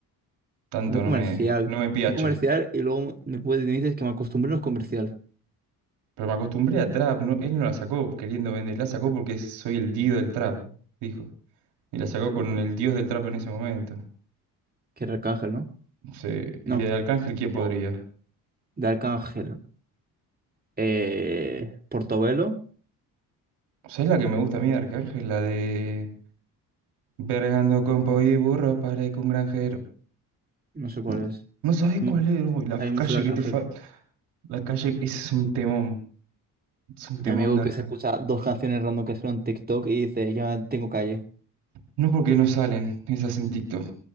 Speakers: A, on the right; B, on the right.
A: Tanto
B: Muy
A: no
B: comercial.
A: me, no me piache.
B: Muy comercial y luego me, puedes, me dices que me acostumbré a los comercial.
A: Pero me acostumbré a trap, ¿no? Él no la sacó queriendo vender, la sacó porque es- soy el dios del trap, dijo. Y la sacó con
B: Buah,
A: el dios del trap en ese momento.
B: que era Arcángel, ¿no?
A: Sí. ¿Y
B: No.
A: de Arcángel quién podría?
B: O- De Arcángel. Eh, Portobelo.
A: ¿Sabes la que me gusta a mí de Arcángel? La de... Vergando con po y burro, parezco un granjero.
B: No sé cuál
A: No,
B: es.
A: no sabes
B: Mm,
A: cuál es, uy, la
B: Hay
A: calle
B: mucho de Arcángel.
A: que te falta. La calle, ese es un temón. Es un temón
B: Mi amigo
A: de
B: que
A: Arcángel.
B: se escucha dos canciones random que son en TikTok y dice, ya tengo calle.
A: No porque no salen esas en TikTok.